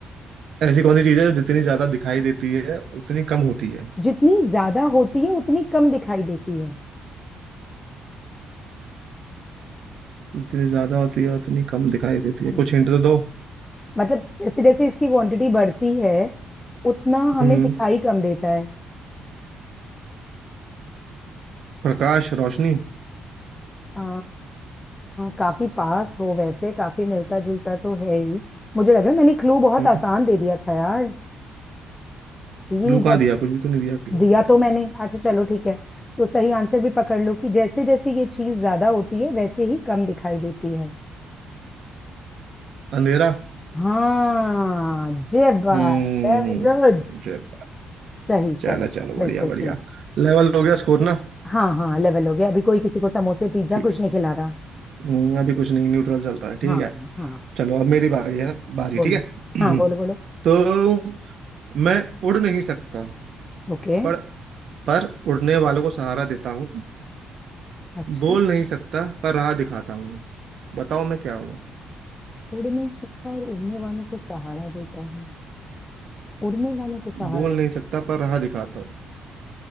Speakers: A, on the right; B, on the left.
A: ऐसी कौन सी चीज है जो जितनी ज्यादा दिखाई देती है उतनी कम होती है
B: जितनी ज्यादा होती है उतनी कम दिखाई देती है
A: जितनी ज्यादा होती है उतनी कम दिखाई देती है
B: हम्म।
A: कुछ हिंट तो दो
B: मतलब जैसे जैसे इसकी क्वांटिटी बढ़ती है उतना हमें
A: हम्म
B: दिखाई कम देता है
A: प्रकाश रोशनी
B: आ, काफी पास हो वैसे काफी मिलता जुलता तो है ही मुझे लग रहा है मैंने क्लू बहुत
A: हम्म
B: आसान दे दिया था यार ये
A: क्लू
B: जब
A: कहाँ दिया कुछ भी तो नहीं दिया क्लू
B: दिया तो मैंने अच्छा चलो ठीक है तो सही आंसर भी पकड़ लो कि जैसे जैसे ये चीज ज्यादा होती है वैसे ही कम दिखाई देती है
A: अंधेरा
B: हाँ जय बात
A: हम्म
B: वेरी गुड
A: जय बात।
B: सही
A: चलो
B: सही
A: चलो
B: बिल्कुल
A: बढ़िया बढ़िया
B: ठीक
A: लेवल हो गया स्कोर ना
B: हाँ हाँ लेवल हो गया अभी कोई किसी को समोसे पिज्जा
A: ठीक
B: कुछ नहीं खिला रहा
A: हम्म, अभी कुछ नहीं न्यूट्रल चल रहा है ठीक
B: हाँ
A: है
B: हाँ
A: चलो अब मेरी बारी है ना बारी
B: बोलो
A: ठीक है
B: हाँ बोलो
A: <clears throat>
B: बोलो
A: तो मैं उड़ नहीं सकता
B: ओके
A: पर पर उड़ने वालों को सहारा देता हूँ
B: अच्छा
A: बोल नहीं सकता पर राह दिखाता हूँ बताओ मैं क्या हूँ
B: उड़ नहीं सकता और उड़ने वालों को सहारा देता हूँ उड़ने वालों को सहारा
A: बोल नहीं सकता पर राह दिखाता हूँ